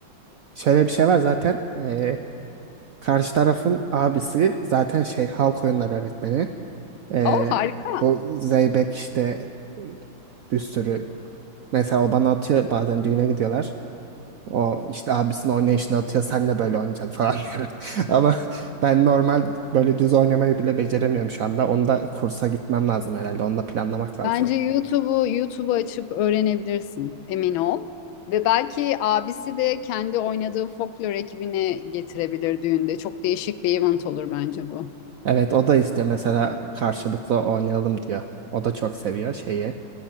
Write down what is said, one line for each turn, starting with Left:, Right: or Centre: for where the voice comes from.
Right: şöyle bir şey var zaten eee, karşı tarafın abisi zaten şey halk oyunları öğretmeni. Eee,
Left: O harika.
Right: bu Zeybek işte bir sürü Mesela o bana atıyor bazen düğüne gidiyorlar. O işte abisinin oynayışını atıyor sen de böyle oynayacaksın falan diyor. <laughs> Ama ben normal böyle düz oynamayı bile beceremiyorum şu anda. Onu kursa gitmem lazım herhalde. Onu da planlamak lazım.
Left: Bence YouTube'u YouTube'u açıp öğrenebilirsin. Emin ol. Ve belki abisi de kendi oynadığı folklor ekibini getirebilir düğünde. Çok değişik bir event olur bence bu.
Right: Evet o da istiyor mesela karşılıklı oynayalım diyor. O da çok seviyor şeyi.